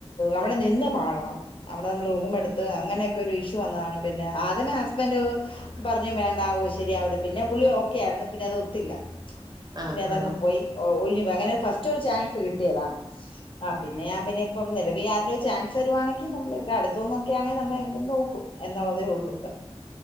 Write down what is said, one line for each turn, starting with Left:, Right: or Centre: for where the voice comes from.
Left: അവിടെനിന്ന് പാടണം അവിടെ നമ്മള് റൂം എടുത് ത്ത് അങ്ങനെയൊക്കെ ഒരു ഇഷ്യൂ വന്നതാണ് പിന്നെ ആദ്യമേ ഹസ്ബൻഡ് പറഞ്ഞു വേണ്ടാവൂ ശരിയാവില്ല പിന്നെ പുള്ളി ഓക്കെ ആയിരുന്നു പിന്നെ അത് ഒത്തില്ലാ.
Right: ആഹ്
Left: പിന്നെ അതങ്ങ്
Right: ആഹ് ആഹ്
Left: പോയി ഒഴിഞ്ഞു പോയി അങ്ങനെ ഫസ്റ്റ് ഒരു ചാൻസ് കിട്ടിയതാ ആഹ് പിന്നെ ഞാൻ പിന്നെ ഇപ്പം നെലവി ആരേലും ഒരു ചാൻസ് തരുവാണെങ്കിൽ നമ്മള് ഇവിടെ അടുത്തൂന്നൊക്കെയാണെങ്കി നമ്മളെങ്ങനേലും നോക്കും. എന്നുള്ളതേ ഒള്ളൂ